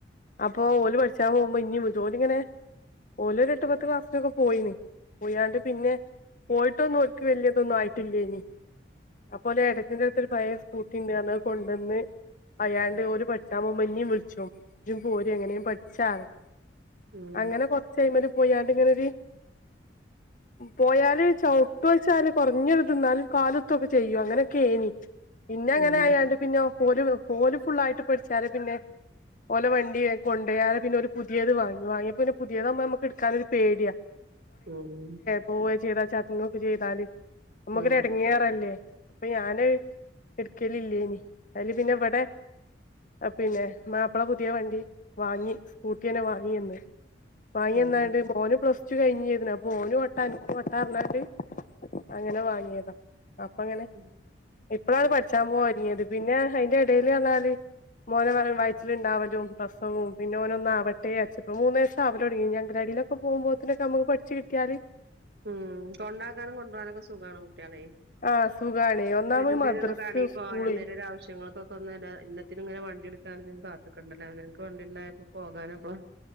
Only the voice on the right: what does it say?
ഉം
ഉം
ഉം
ഉം
ഉം
ഉം
മ് കൊണ്ടാക്കാനും കൊണ്ട് പോവാനൊക്കെ സുഗാണ്. ക്കാണേ
പിന്നെന്തേലൊന്ന്
കടേൽ
പോകാൻ എന്തേലൊരു ആവശ്യങ്ങളകൊക്കൊന്നിടാ എല്ലാത്തിങ്ങന വണ്ടിയെടു ണ്ടാണിത് കാത്ത്ക്കണ്ടല്ലോ അവ് നാൻക്ക്‌ വണ്ടിണ്ടായപ്പോ പോകാനുംപ്പള്